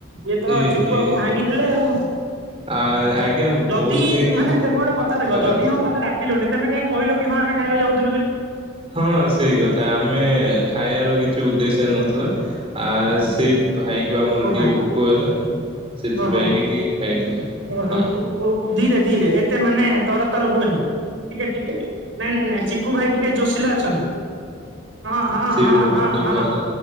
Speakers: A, on the right (about 85°); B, on the right (about 30°).
A: ଇଏ ତ
B: ଏ
A: ଚିକୁୁଆବୁ
B: ହେ
A: ଭାଙ୍ଗିଦେଲେ ଆଉ।
B: ଆ ଆଜ୍ଞା
A: ଯଦି
B: ବହୁତ
A: କି
B: ହିଁ
A: ମାନେ ସେ ମୁଁ ଅଟେ କଥା ଦେଖ
B: ଖରାପ
A: ଯଦି
B: ହେଲା
A: ହଁ ମତେ ଡାକିଲନି ତେମେ କାହିଁ କହିଲ କି ହଁ ହଁ ଆମେ ଖାଇବାକୁ ଯାଉଥୁଲୁ ବେଲି।
B: ହଁ ସେଇ କଥା ଆମେ ଖାଇବାର କିଛି ଉଦ୍ଦେଶ୍ୟ ନଥିଲା। ଆ ସେଇ ଭାଇଙ୍କୁ ଆମର
A: ଓ ଭାଇ
B: ଟିଏ ଭୋକ ହେଲା। ସେଥିପାଇଁ
A: ଓହୋ
B: କି ଟିକେ ଖାଇଥିଲେ
A: ଓହୋ
B: ହଁ
A: ଓ ଓ ଧୀରେ ଧୀରେ ଏତେ ମାନେ ତର ତର ହୁଅନି ଟିକେ ଟିକେ ନାଇଁ ନାଇଁ ନାଇଁ ଚିକୁୁ ଭାଇ ଟିକେ ଜୋସିଲା ଅଛନ୍ତି। ହଁ ହଁ
B: ସେ
A: ହଁ
B: ବହୁତ
A: ହଁ
B: ହିଁ
A: ହଁ।
B: ଭଲ।